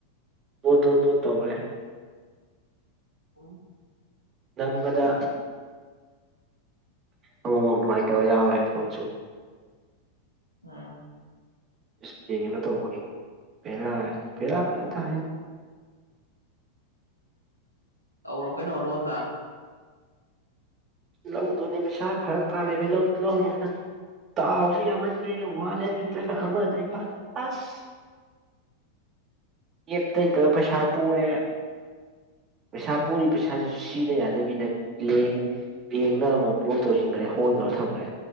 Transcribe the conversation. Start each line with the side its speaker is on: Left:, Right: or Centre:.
Right: ꯇꯣ ꯇꯣ ꯇꯣ ꯇꯧꯔꯦ
Left: ꯍ
Right: ꯅꯝꯕꯗ ꯑꯃꯨꯛꯃꯨꯛ ꯅꯨꯡꯉꯥꯏꯇꯕ ꯌꯥꯎꯔꯦ ꯐꯣꯟꯁꯨ
Left: ꯑꯝ
Right: ꯏꯁꯄꯔꯤ ꯀꯩꯅꯣ ꯇꯧꯕꯒꯤ ꯄꯦꯔ ꯄꯦꯔ ꯊ
Left: ꯑꯧꯔꯣ ꯀꯩꯅ ꯑꯣ ꯂꯗ
Right: ꯂꯧꯗꯨꯅꯦ ꯄꯩꯁꯥ ꯐꯔꯛ ꯇꯥ ꯂꯩꯕ ꯂꯧꯗꯨ ꯂꯧꯅꯦꯅ ꯇꯥꯎꯁꯨ ꯌꯥꯝꯃꯟꯗꯔꯦ ꯋꯥꯠꯂꯦꯠꯇ꯭ꯔ ꯈ ꯑꯃꯗꯩ ꯑꯁ ꯌꯦꯞ ꯇꯩꯇꯕ ꯄꯩꯁꯥ ꯄꯨꯔꯦ ꯄꯩꯁꯥ ꯄꯨꯔꯤ ꯄꯩꯁꯥꯗꯨꯁꯨ ꯁꯤꯖꯤꯟꯅ ꯌꯥꯗꯕꯤꯗꯦꯡ ꯕꯦꯡꯅ ꯑꯃꯨꯛ ꯕ꯭ꯂꯣꯛ ꯇꯧꯁꯤꯟꯈ꯭ꯔꯦ ꯍꯣꯜ
Left: ꯎꯝ
Right: ꯇꯧꯔ ꯊꯝꯈ꯭ꯔꯦ